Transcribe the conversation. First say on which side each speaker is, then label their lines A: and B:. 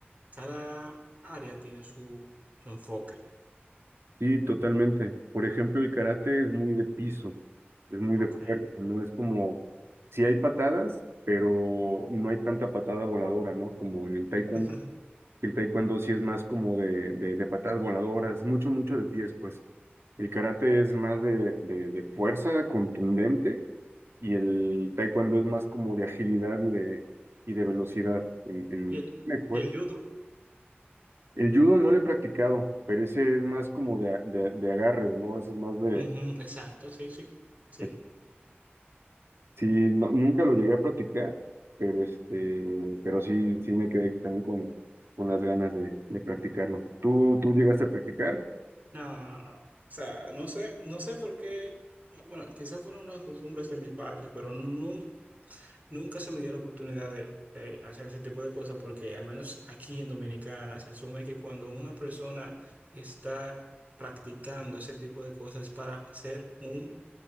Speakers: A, on the right (about 40°); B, on the right (about 80°).
A: cada área tiene su, su enfoque.
B: Sí, totalmente. Por ejemplo, el karate es muy de piso, es muy
A: Ok.
B: de cuerpo, no es como, sí hay patadas, pero no hay tanta patada voladora, ¿no? Como en el taekwondo,
A: <laughs>
B: el taekwondo sí es más como de, de, de patadas voladoras, mucho, mucho de pies, pues. El karate es más de, de, de fuerza contundente y el taekwondo es más como de agilidad y de, y de velocidad en, en,
A: Y el,
B: en el cuerpo.
A: y el judo,
B: El judo no lo he practicado, pero ese es más como de, a- de, de agarre, ¿no? Ese es más de...
A: ujú, exacto, sí, sí, sí.
B: de- Sí, no- nunca lo llegué a practicar, pero, este, pero sí, sí me quedé también con, con las ganas de, de practicarlo. ¿Tú, tú llegaste a practicar?
A: No, no. O sea, no sé, no sé por qué. no, Bueno, quizás fueron las costumbres de mis padres, pero nun- nunca se me dio la oportunidad de, de hacer ese tipo de cosas, porque al menos aquí en Dominicana se asume que cuando una persona está practicando ese tipo de cosas es para ser un